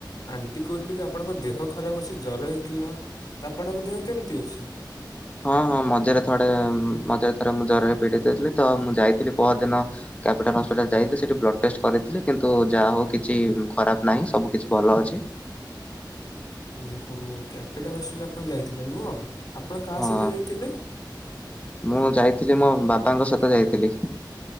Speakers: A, on the left (about 60°); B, on the left (about 20°).
A: ଆଣ୍ଟି କହୁଥିଲେ କି ଆପଣଙ୍କ ଦେହ ଖରାପ ଅଛି ଜର ହେଇଥିଲା। ତ ଆପଣଙ୍କ ଦେହ କେମିତି ଅଛି?
B: ହଁ ହଁ ମଝିରେ ଥଡ଼େ ମଝିରେ ଥରେ ମୁଁ ଜରରେ ପିଡିତ ଥିଲି ତ ମୁଁ ଯାଇଥିଲି ପହଦିନ। କ୍ୟାପିଟାଲ ହସ୍ପିଟାଲ ଯାଇଥିଲି ସେଠି ବ୍ଲଡ଼ ଟେଷ୍ଟ କରିଥିଲି କିନ୍ତୁ ଯାହା ହଉ କିଛି ଖରାପ ନାହିଁ ସବୁ କିଛି ଭଲ ଅଛି।
A: ଓହୋ କ୍ୟାପିଟାଲ ହସ୍ପିଟାଲ ଆପଣ ଯାଇଥିଲେ ନୁହଁ, ଆପଣ କାହା
B: ହଁ
A: ସହିତ ଯାଇଥିଲେ?
B: ମୁଁ ଯାଇଥିଲି ମୋ ବାବାଙ୍କ ସହିତ ଯାଇଥିଲି।